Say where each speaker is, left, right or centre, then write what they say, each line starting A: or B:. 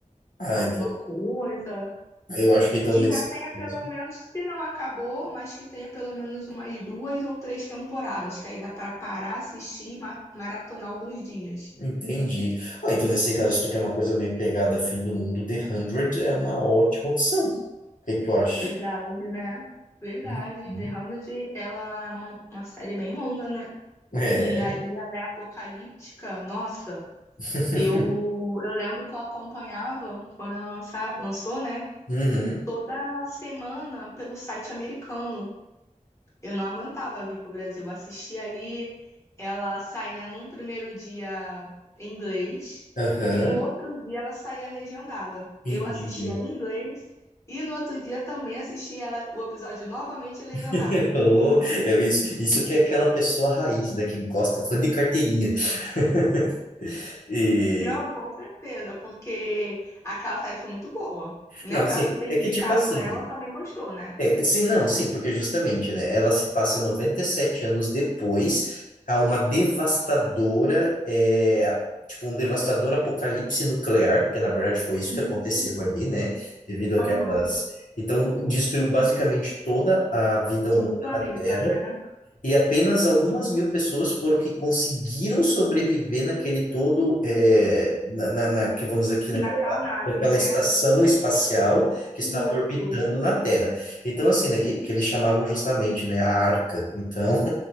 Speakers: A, on the left; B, on the left.
A: ah,
B: Alguma
A: então.
B: coisa.
A: Eu acho que então
B: Que
A: nesse
B: já tenha pelo
A: caso.
B: menos, se não acabou, mas que tenha pelo menos umas duas ou três temporadas, que aí dá para parar, assistir, e ma- maratonar alguns dias.
A: Entendi. Ah, então nesse caso, se tu quer uma coisa meio pegada fim do mundo, The 100 é uma ótima opção. O que que tu acha?
B: Verdade, né? Verdade.
A: Uhum.
B: The 100, ela é uma, uma série bem longa, né?
A: É.
B: E ali ela é apocalíptica. Nossa,
A: <laughs>
B: eu, eu lembro que eu acompanhava, quando ela lança, lançou, né?
A: Uhum.
B: Toda semana pelo site americano. Eu não aguentava vir pro Brasil. Eu Assistia ali, ela saía num primeiro dia em inglês
A: Aham.
B: e no outro dia ela saía legendada.
A: Entendi.
B: Eu assistia em inglês e no outro dia também assistia ela, o episódio novamente legendado.
A: <laughs> Oh, eu, isso, isso que é aquela pessoa raiz, né? Que gosta, fã de carteirinha. <laughs> E,
B: Não, com certeza, porque aquela série foi muito boa, né?
A: não, assim,
B: Pra tu ter indicado
A: é que tipo assim,
B: ela,
A: né?
B: também gostou, né?
A: É, sim, não, sim, porque justamente, né, ela se passa 97 anos depois a uma devastadora, é, tipo, um devastador apocalipse nuclear, que na verdade foi isso
B: Isso.
A: que aconteceu ali, né, devido àquelas...
B: Aham.
A: Então, destruiu basicamente toda a vida humana
B: Todo o planeta,
A: na Terra,
B: né?
A: e apenas algumas mil pessoas foram que conseguiram sobreviver naquele todo, eh, na, na- na- que vamos dizer aqui
B: Naquela
A: naquela,
B: nave,
A: naquela
B: né?
A: estação espacial que
B: Isso.
A: estava orbitando na Terra. Então, assim, né, que, que eles chamavam justamente, né, a Arca. Então,